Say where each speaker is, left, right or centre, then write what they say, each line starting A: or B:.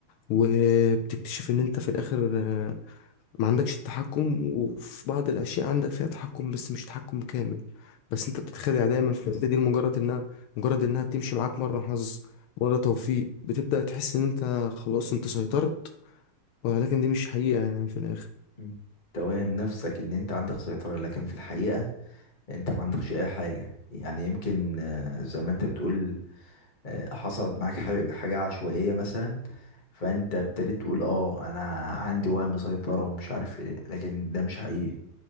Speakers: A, on the left (about 80°); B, on the left (about 25°).
A: وبتكتشف ان انت في الاخر آه، ما عندكش التحكم وفي بعض الاشياء عندك فيها تحكم بس مش تحكم كامل بس انت بتتخدع دايما في الحته دي لمجرد انها مجرد انها بتمشي معاك مره حظ مره توفيق بتبدا تحس ان انت خلاص انت سيطرت ولكن دي مش حقيقه يعني في الاخر
B: مم. توهم نفسك ان انت عندك سيطرة لكن في الحقيقة انت ما عندكش اي حاجة يعني يمكن آه، زي ما انت بتقول آه، حصلت معاك حاجة حاجة عشوائية مثلا فانت ابتديت تقول اه انا عندي وهم سيطرة ومش عارف ايه لكن ده مش حقيقي